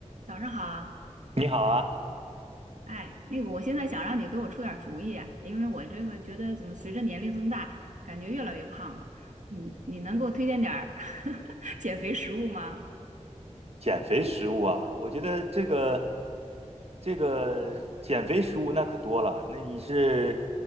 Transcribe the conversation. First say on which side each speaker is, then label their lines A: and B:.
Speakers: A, on the right; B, on the right.
A: 早上好，
B: 你好啊，
A: 哎，那个，我现在想让你给我出点儿主意啊，因为我这个觉得怎么随着年龄增大，感觉越来越胖了。你你能给我推荐点儿 <laughs> 减肥食物吗？
B: 减肥食物啊，我觉得这个这个减肥食物那可多了，那你是